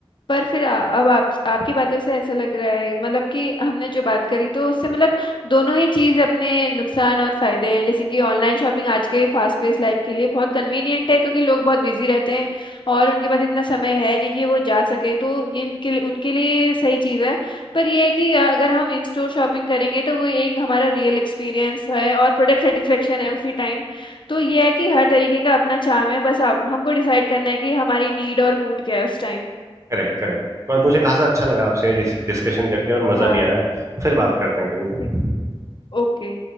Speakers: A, on the left (about 50°); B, on the right (about 30°).
A: पर फिर आ, अब आप आपकी बातों से ऐसा लग रहा है मतलब कि हमने जो बात करी तो उससे मतलब दोनों ही चीज अपने नुकसान और फायदे हैं जैसे कि ऑनलाइन शॉपिंग आज के फास्ट पेस लाइफ के लिए बहुत कन्वीनियंट है क्योंकि लोग बहुत बिजी रहते हैं और उनके पास इतना समय है नहीं कि वो जा सके तो ये इनके लिए उनके लिए सही चीज है पर ये है कि अगर हम इन स्टोर शॉपिंग करेंगे तो वो एक हमारा रियल एक्सपीरियंस है और प्रोडक्ट सेटिस्फेक्शन है उसी टाइम तो ये है कि हर तरीके का अपना चार्म है बस आप हमको डिसाइड करना है कि हमारी नीड और मूड क्या है उस टाइम
B: Correct correct और मुझे खासा अच्छा लगा आपसे डिस्कशन करके और मजा
A: हाँ
B: भी आया फिर बात करते हैं कभी
A: ठीक ओके